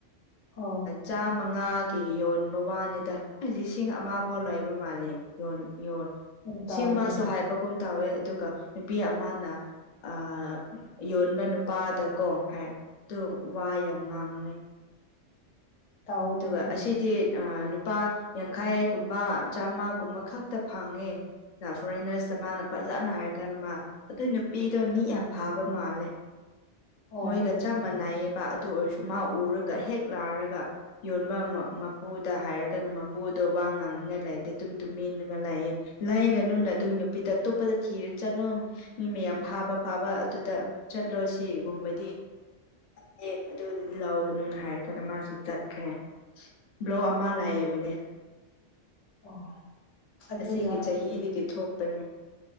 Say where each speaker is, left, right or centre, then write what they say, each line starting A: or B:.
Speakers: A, on the left; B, on the left.
A: ꯍꯣ
B: ꯆꯥꯝꯃꯉꯥꯒꯤ ꯌꯣꯟꯕ ꯋꯥꯅꯤꯗ ꯂꯤꯁꯤꯡ ꯑꯃ ꯐꯥꯎ ꯂꯩꯕ ꯃꯥꯜꯂꯦ ꯌꯣꯟ ꯌꯣꯟ
A: ꯌꯥꯝ
B: ꯂꯤꯁꯤꯡ
A: ꯇꯥꯎꯕꯅꯦ
B: ꯑꯃꯁꯨ ꯍꯥꯏ ꯕꯒꯨꯝ ꯇꯧꯋꯦ ꯑꯗꯨꯒ ꯅꯨꯄꯤ ꯑꯃꯅ ꯑꯥ ꯌꯣꯟꯕ ꯅꯨꯄꯥꯗꯀꯣ ꯍꯥꯏꯗꯣ ꯋꯥ ꯌꯥꯝ ꯉꯥꯡꯉꯤ
A: ꯇꯥꯎꯕꯅꯦ
B: ꯑꯗꯨꯒ ꯑꯁꯤꯗꯤ
A: ꯎꯝ
B: ꯑ ꯂꯨꯄꯥ ꯌꯥꯡꯈꯥꯢꯒꯨꯝꯕ ꯆꯥꯝꯃꯒꯨꯝꯕ ꯈꯛꯇ ꯐꯪꯉꯦ ꯇ ꯐꯣꯔꯦꯟꯅꯔꯁꯇ ꯃꯥꯅ ꯐꯖꯅ ꯍꯥꯏꯔ ꯀꯥꯟꯗ ꯃꯥ ꯑꯗꯨꯢ ꯅꯨꯄꯤꯗꯣ ꯃꯤ ꯌꯥꯝ ꯐꯥꯕ ꯃꯥꯜꯂꯦ
A: ꯑꯣ
B: ꯃꯣꯏꯒ ꯆꯞ ꯃꯥꯟꯅꯩꯌꯦꯕ ꯑꯗꯨ ꯑꯣꯏꯔꯁꯨ ꯃꯥ ꯎꯔꯒ ꯍꯦꯛ ꯂꯥꯛꯔꯒ ꯌꯣꯟꯕ ꯃ ꯃꯄꯨꯗ ꯍꯥꯏꯔꯒꯅ ꯃꯄꯨꯗꯣ ꯋꯥ ꯉꯥꯡꯅꯤꯡꯉꯥꯏ ꯂꯩꯥꯇꯦ ꯗꯨꯝ ꯇꯨꯝꯃꯤꯟꯅꯒ ꯂꯩꯌꯦ ꯂꯩꯒꯅꯨꯅ ꯑꯗꯨ ꯅꯨꯄꯤꯗ ꯑꯇꯣꯞꯄꯗ ꯊꯤꯔ ꯆꯠꯅꯨ ꯃꯤ ꯃꯌꯥꯝ ꯐꯥꯕ ꯐꯥꯕ ꯑꯗꯨꯗ ꯆꯠꯂꯨ ꯁꯤꯒꯨꯝꯕꯗꯤ ꯐꯠꯇꯦ ꯑꯗꯨꯗꯨꯒꯤ ꯂꯥꯎꯒꯅꯨꯅ ꯍꯥꯏꯔ ꯀꯥꯟꯗ ꯃꯥꯁꯨ ꯆꯠ ꯈ꯭ꯔꯦ ꯕ꯭ꯂꯣꯛ ꯑꯃ ꯂꯥꯢꯕꯅꯦ
A: ꯑꯣ ꯑꯗꯨꯒ
B: ꯑꯁꯤꯒꯤ ꯆꯍꯤꯗꯒꯤ ꯊꯣꯛꯄꯅꯦ